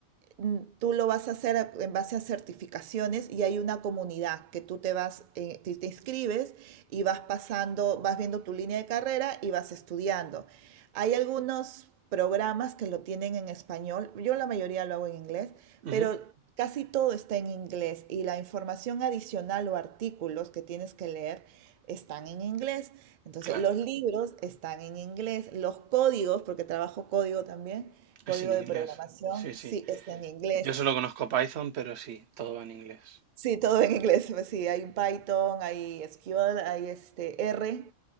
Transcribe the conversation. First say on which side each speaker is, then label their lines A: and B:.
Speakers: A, on the right; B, on the right.
A: mm, tú lo vas a hacer en base a certificaciones y hay una comunidad que tú te vas, eh, te, te inscribes y vas pasando, vas viendo tu línea de carrera y vas estudiando. Hay algunos programas que lo tienen en español, yo la mayoría lo hago en inglés,
B: ujú,
A: pero casi todo está en inglés y la información adicional o artículos que tienes que leer están en inglés. Entonces,
B: Claro.
A: los libros están en inglés, los códigos, porque trabajo código también, Código
B: Es en inglés,
A: de programación,
B: sí, sí.
A: sí, está en inglés.
B: Yo solo conozco Python, pero sí, todo va en inglés.
A: Sí, todo en inglés. pues Sí, hay un Python, hay SQL, hay este R